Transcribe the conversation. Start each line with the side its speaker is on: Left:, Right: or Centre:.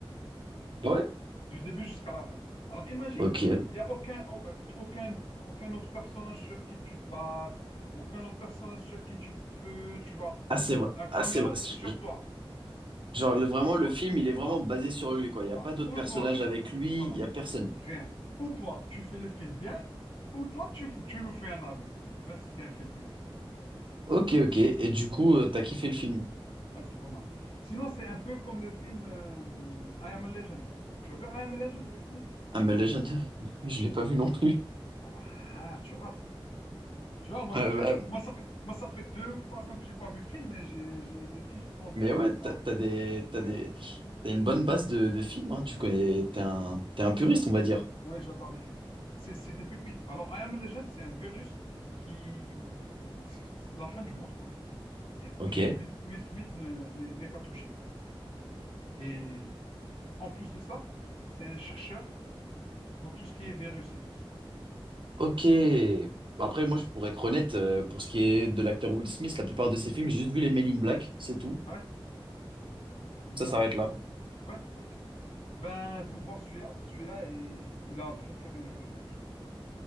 Right: Ah Ouais.
Left: Du début jusqu'à la fin. Alors imagine,
Right: Ok.
Left: il n'y a aucun, au- euh, aucun, aucun autre personnage sur qui tu te bases, aucun autre personnage sur qui tu peux, tu vois.
Right: Ah c'est vrai.
Left: La caméra,
Right: Ah c'est vrai. Je-
Left: c'est sur
Right: je-
Left: toi. C'est
Right: Genre le- vraiment
Left: ou toi.
Right: le film il est vraiment
Left: Voilà,
Right: basé sur lui quoi. Il
Left: voilà.
Right: y a pas d'autres
Left: Ou
Right: personnages
Left: toi, tu.
Right: avec lui.
Left: Voilà.
Right: Il y a personne.
Left: Rien. Ou toi, tu fais le film bien, ou toi, tu, tu nous fais un AV. Eh bien, c'était un film bien.
Right: Ok ok. Et du coup euh, t'as kiffé le film?
Left: Ouais, c'était pas mal. Sinon, c'est un peu comme le film euh, I Am a Legend. Tu as vu I Am a Legend, Will Smith?
Right: Ah mais Legend, <laughs> je l'ai pas vu non plus. <laughs>
Left: Ah bah, tu rates. Tu vois, moi,
Right: Euh,
Left: ça fait,
Right: bah,
Left: moi, ça fait, moi, ça fait deux ou trois ans que j'ai pas vu de film, mais j'ai, j'ai des titres en tête
Right: mais ouais
Left: qui sont.
Right: t'as t'as des t'as
Left: Ouais,
Right: des t'as une bonne base de de films. hein. Tu
Left: ouais,
Right: connais. T'es un t'es un puriste on va dire.
Left: ouais, j'adore les films. C'est, c'est des pépites. Alors, I Am Legend, c'est un virus qui. c'est La fin du monde, quoi. Et puis,
Right: Ok.
Left: Will, Will Smith ne- ne- n'est pas touché. Et en plus de ça, c'est un chercheur dans tout ce qui est virus et tout ça.
Right: Ok. Bah, Après, moi, je- pour être honnête, euh, pour ce qui
Left: Mm.
Right: est de l'acteur Will Smith, la plupart de ses films, j'ai juste vu les Men in Black, c'est tout.
Left: Ouais, ne
Right: Ça
Left: t'en
Right: s'arrête
Left: pas trop.
Right: là.
Left: Ouais, ok. Ben, faut voir celui-là. Celui-là, est- il a très, très bien joué dans ce film.